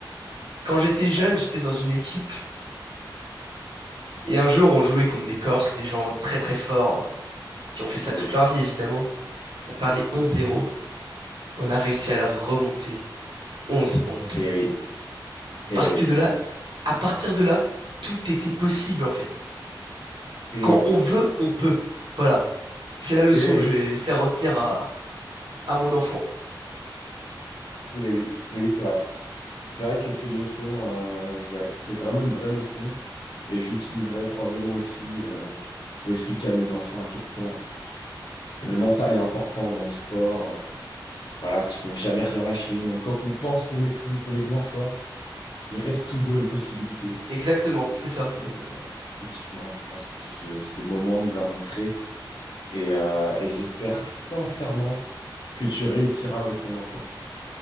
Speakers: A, on the right (about 70°); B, on the left (about 70°).
A: Quand j'étais jeune,
B: Ouais.
A: j'étais dans une équipe et un jour on jouait contre des Corses, des gens très très forts euh, qui ont fait ça
B: Oh
A: toute
B: oui.
A: leur vie évidemment. On perdait
B: Ah oui.
A: 11-0, on
B: Ouais.
A: a réussi à la remonter 11-11.
B: Eh oui. Eh
A: Parce que
B: oui.
A: de là, à partir de là, tout était possible en fait.
B: Eh
A: Quand
B: oui.
A: on veut, on peut. Voilà. C'est la leçon
B: Eh
A: que
B: oui.
A: je vais faire retenir à, à mon enfant.
B: Eh oui. Oui, c'est vrai. C'est vrai que c'est une leçon. euh, ouais. C'est vraiment une vraie leçon. Et je probablement aussi euh, pour expliquer à mes enfants à quel point le mental est important dans le sport. euh, Voilà, qu'il faut jamais rien lâcher, même quand on pense qu'on est plus, qu'on est moins fort, il reste toujours une possibilité.
A: Exactement, c'est ça.
B: Et ouais, effectivement, je pense que ce, ce moment nous l'a montré. Et, euh, et j'espère sincèrement que tu réussiras avec ton enfant